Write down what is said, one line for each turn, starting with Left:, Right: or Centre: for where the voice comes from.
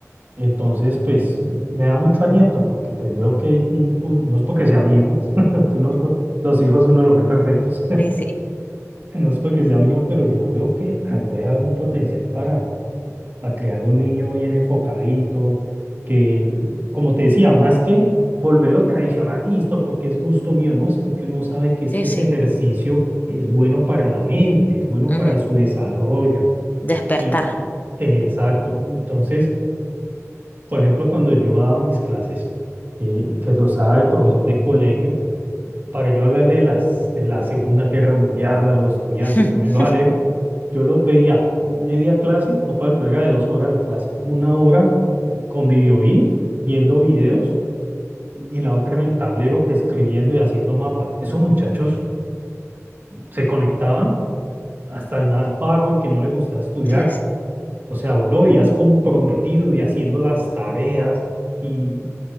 Right: entonces pues me da mucho aliento porque pues veo que hay un pu- no es porque sea mi hijo, <laughs> que uno to- los hijos uno los ve perfectos,
Left: Sí, sí.
Right: no es porque sea mi hijo, pero yo veo que ahí puede haber un potencial para, para crear un niño bien enfocadito, que, como te decía, más que volverlo tradicionalista, porque es gusto mío, no, es porque uno sabe que es
Left: Sí,
Right: que
Left: sí.
Right: ese ejercicio es bueno para la mente, es bueno
Left: ujú,
Right: para su desarrollo.
Left: Despertar.
Right: Y, mm, exacto. Entonces, por ejemplo, cuando yo daba mis clases, eh, que lo sabe el profesor de colegio, para yo hablarle de las, de la Segunda Guerra Mundial a los estudiantes,
Left: <laughs>
Right: ponerlos a leer. Yo lo veía media clase, o por ejemplo, era de dos horas la clase, una hora con videoín, viendo videos, y la otra en el tablero escribiendo y haciendo mapas. Esos muchachos se conectaban, hasta el más vago, el que no le gustaba estudiar,
Left: Sí, sí.
Right: o sea, vos lo veías comprometido y haciendo las tareas y